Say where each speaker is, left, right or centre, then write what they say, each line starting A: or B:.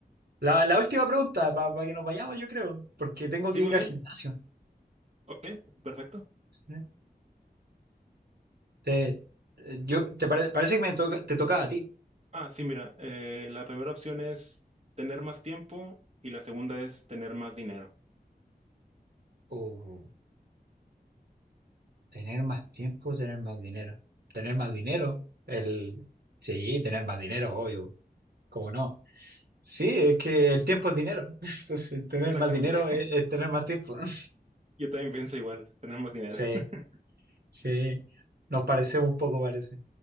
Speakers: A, on the right; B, on the right.
A: La, la última pregunta, para que nos vayamos, yo creo, porque tengo
B: Sí,
A: que
B: muy
A: ir
B: bien.
A: al gimnasio.
B: Ok, perfecto.
A: ¿eh? Te, yo, te pare- parece que me to- te tocaba a ti.
B: Ah, sí, mira, eh, la primera opción es tener más tiempo y la segunda es tener más dinero.
A: Oh, tener más tiempo, tener más dinero. Tener más dinero, el... Sí, tener más dinero, obvio. ¿Cómo no? Sí, es que el tiempo es dinero. <laughs> Entonces, tener
B: Exactamente.
A: más dinero es, es tener más tiempo. <laughs>
B: <laughs> Yo también pienso igual, tener más dinero.
A: Sí,
B: <laughs>
A: sí. Nos parecemos un poco, parece.